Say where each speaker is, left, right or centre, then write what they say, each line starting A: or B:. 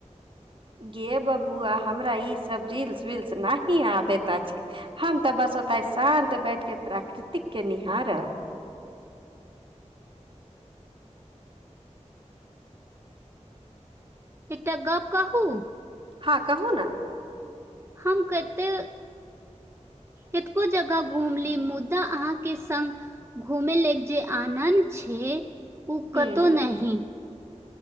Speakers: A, on the right; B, on the right.
A: गे बबुआ हमरा ई सब रील्स विल्स नी आबेत छै हम तऽ बस ओताे शान्त बैठ के प्राकृतिक के निहारब
B: एकटा गप कहू
A: हँ कहू न
B: हम कते कतको जगह घूम ली मुदा अहाँके संग घुमे लेल जे आनन्द छै ओ
A: हूँ
B: कतहु नहि